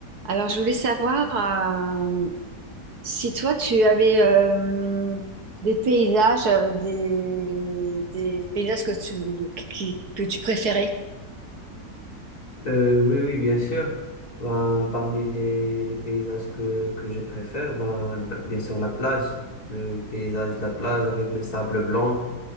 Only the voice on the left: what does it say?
Euh, oui, oui, bien sûr. Ben, parmi les, les paysages que, que je préfère, ben, b- bien sûr la plage, le, le paysage de la plage avec le sable blanc